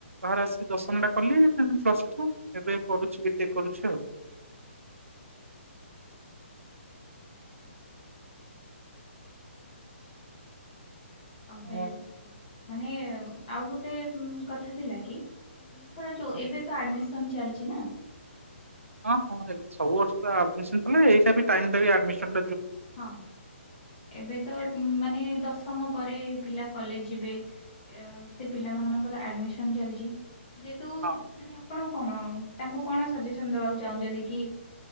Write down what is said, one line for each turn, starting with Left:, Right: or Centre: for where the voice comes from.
Right: ବାହାରେ ଆସିକି ଦଶମଟା କଲି ତା ପରେ ପ୍ଳସଟୁ ଏବେ କରୁଛି ବିଟେକ କରୁଛି ଆଉ।
Left: ଆଉ
Right: ହଁ
Left: ତାହେଲେ କ ମାନେ ଆଉ ଗୋଟେ କଥା ଥିଲା କି? ର ଯୋଉ
Right: ହଁ
Left: ଏବେ ତ ଆଡମିସନ ଚାଲିଛି ନା?
Right: ହଁ ହଁ ଏବେ ସବୁ ବର୍ଷ ଅଡ଼ମିସନ୍ କଲେ ଏଇଟା ବି ଟାଇମ ଟା ବି ଆଡ଼ମିସନ
Left: ହଁ ଏବେ ତ ମାନେ ଦଶମ ପରେ ପିଲା କଲେଜ ଯିବେ ଏ ସେ ପିଲାମାନଙ୍କର ଆଡ଼ମିସନ ଚାଲିଛି। ଯେହେତୁ
Right: ହଁ
Left: ମାନେ ଆପଣ କଣ ତାଙ୍କୁ କଣ ସଜେସନ ଦବାକୁ ଚାହୁଁଛନ୍ତି କି